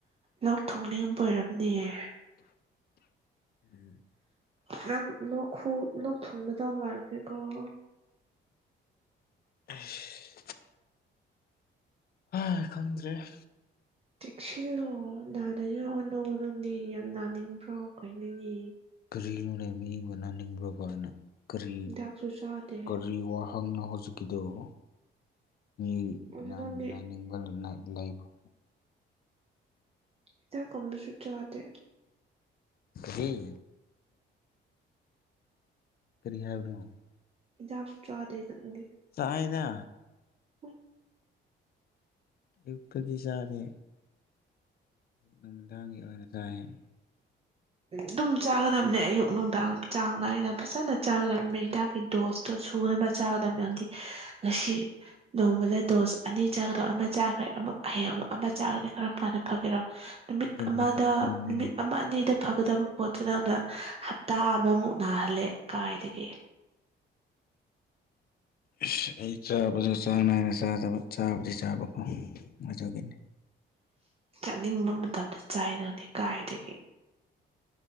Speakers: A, on the right; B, on the left.
A: ꯂꯣꯛ ꯊꯨꯡꯅꯤꯡꯕ ꯑꯣꯏꯔꯝꯅꯤꯌꯦ
B: <inaudible>
A: ꯅꯪ ꯂꯣꯛ ꯈꯨ ꯂꯣꯛ ꯊꯨꯡꯒꯗꯧ ꯃꯥꯥꯟꯔꯈꯦꯀꯣ ꯫
B: ꯏꯁ ꯍꯥꯏ ꯈꯪꯗ꯭ꯔꯦ ꯫
A: ꯇꯦꯛꯁꯤꯜꯂꯣ ꯅꯥꯗꯅꯤꯡꯉꯥꯏ ꯍꯣꯠꯅꯧꯌꯣ ꯅꯪꯗꯤ ꯌꯥꯝ ꯅꯥꯅꯤꯡꯕ꯭ꯔꯣ ꯀꯩꯅꯣꯅꯦ
B: ꯀꯔꯤꯅꯣꯅꯦ ꯃꯤꯕꯨ ꯅꯥꯅꯤꯡꯕ꯭ꯔꯥ ꯀꯥꯏꯅ ꯀꯔꯤ
A: ꯍꯤꯗꯥꯛꯁꯨ ꯆꯥꯗꯦ
B: ꯀꯔꯤ ꯋꯥ ꯍꯪꯅꯣ ꯍꯧꯖꯤꯛꯀꯤꯗꯨꯣ ꯃꯤ
A: ꯑꯗꯨ ꯅꯪꯗꯤ
B: ꯅꯥꯅꯤꯡꯕ ꯂꯩꯕꯔꯣ
A: ꯍꯤꯗꯛ ꯀꯨꯝꯕꯁꯨ ꯆꯥꯗꯦ ꯫
B: ꯀꯔꯤ ꯀꯔꯤ ꯍꯥꯏꯕꯅꯣ
A: ꯍꯤꯗꯛꯁꯨ ꯆꯥꯗꯦ ꯅꯪꯗꯤ ꯫
B: ꯆꯥꯏꯗ
A: <unintelligible>
B: ꯑꯌꯨꯛꯇꯗꯤ ꯆꯥꯗꯦ ꯅꯨꯃꯤꯗꯥꯡꯒꯤ ꯑꯣꯏꯅ ꯆꯥꯏꯌꯦ ꯫
A: ꯑꯗꯨꯝ ꯆꯥꯒꯗꯕꯅꯦ ꯑꯌꯨꯛ ꯅꯨꯡꯗꯥꯡ ꯆꯥꯡ ꯅꯥꯏꯅ ꯐꯖꯅ ꯆꯥꯒꯗꯕꯅꯦ ꯍꯤꯗꯥꯛꯀꯤ ꯗꯣꯁ ꯇꯣ ꯁꯨꯅꯕ ꯆꯥꯒꯗꯝꯕ ꯍꯥꯏꯗꯤ ꯉꯁꯤ ꯅꯣꯡꯃꯗ ꯗꯣꯁ ꯑꯅꯤ ꯆꯥꯒꯗꯕꯑꯝ ꯆꯥꯈ꯭ꯔꯦ ꯑꯃꯨꯛ ꯍꯌꯦꯡꯡ ꯑꯃꯨꯛ ꯑꯃ ꯆꯥꯈ꯭ꯔꯗꯤ ꯀꯔꯝ ꯀꯥꯟꯗ ꯐꯒꯦꯔꯣ ꯫ ꯅꯨꯃꯤꯠ
B: ꯑꯗꯨꯕꯨꯗꯤ
A: ꯑꯃꯗ
B: ꯆꯨꯝꯃꯤꯅꯦ
A: ꯅꯨꯃꯤꯠ ꯑꯃ ꯑꯅꯤꯗ ꯫ ꯐꯒꯗꯕ ꯄꯣꯠꯇꯨꯅ ꯑꯗꯨꯅ ꯍꯞꯇꯥ ꯑꯃꯃꯨꯛ ꯅꯥꯍꯜꯂꯦ ꯀꯥꯏꯗꯒꯤ ꯫
B: ꯑꯁ ꯑꯩ ꯆꯥꯕꯗ ꯆꯥꯡ ꯅꯥꯏꯅ ꯆꯥꯖꯕ ꯆꯥꯕꯨꯗꯤ ꯆꯥꯕꯀꯣ ꯑꯗꯨꯒꯤꯅꯤ
A: ꯆꯠꯅꯤꯡꯕ ꯃꯇꯝꯗ ꯆꯥꯏꯔ ꯅꯪꯗꯤ ꯀꯥꯏꯗꯒꯤ ꯫